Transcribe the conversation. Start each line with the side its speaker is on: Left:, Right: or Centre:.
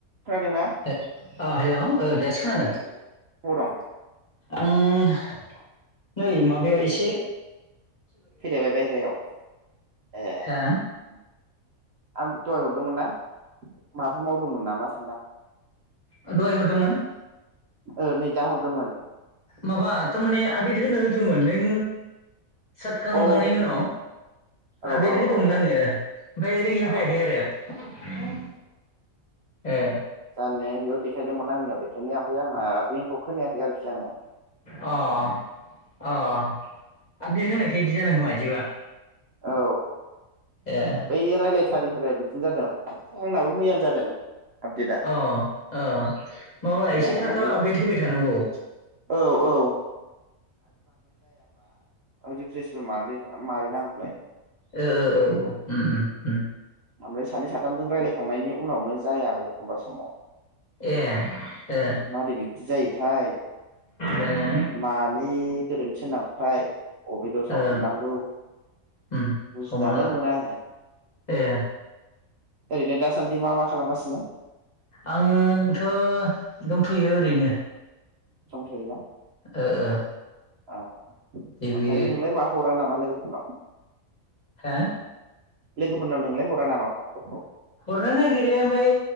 Right: खोनादोंना
Left: हे अ हेल' ओ दासो खोनादों।
Right: अबाव दं
Left: आं नै मा ओ इसे
Right: फैलायबाय बायहारायाव ए
Left: हा
Right: आं दहय हरदोंमोन ना? माबाफोर मावदोंमोन नामा सानदां।
Left: ओ दहय हरदोंमोन।
Right: ओ नै दा हरदोंमोन।
Left: माबा तामाने आबदेत होनो होदोंमोन नों साट खालामखांनायनि
Right: औ
Left: उनाव
Right: औ
Left: आपडेट होदोंमोन
Right: औ औ
Left: आंङो ओमफाय रि जाफायाखै
Right: अ
Left: आरो ए
Right: जान्नाया बेयाव देखायदोंमोन आंनियाव देखायनाया ओमफाय आंना रिंखौ खोनायाखै आरोखि आंङो।
Left: अ अ आपडेट होनाय केदि जानांगो खोमा इदिबा।
Right: औ।
Left: ए अ
Right: ओइ रायलाथ सारिफोराय बिदिनो जादों आंनाबो मैयानो जादों। आपडेटआ
Left: अ ओ माबा
Right: मैया
Left: एसे
Right: होनानै
Left: थाब थाव आपडेट होबाय थानांगौ।
Right: औ औ ओं रिफ्रेसबो मारलिन मारि नां। लाय
Left: ओ ओ ओ उम उम उम।
Right: आमफ्राय सानै साथामजों रायलायखांनायनि उनावनो जायाबो एखमबा समाव।
Left: ए ए
Right: मारै बिबदि जायोथाय
Left: दानो
Right: <inaudible> मानि गोरोनथिसो नामाथाय अबे दस‌आव
Left: ओ
Right: हमनांगौ
Left: उम
Right: बुजिनानै
Left: हमनो हाला
Right: मोना आङो
Left: ए
Right: ओरैनो दासान्दि मा मा खालामगासिनो
Left: आंथ' दंथ'यो ओरैनो
Right: सम थायो ना
Left: ओ ओ
Right: औ
Left: जेबो
Right: ओमफ्राय नोंलाय मा हरा नामा लोगो हेल'
Left: हो
Right: लोगोफोरनाव नोंलाय हरा नामा फनफोरखौ
Left: हरनो नागिरो ओमफ्राय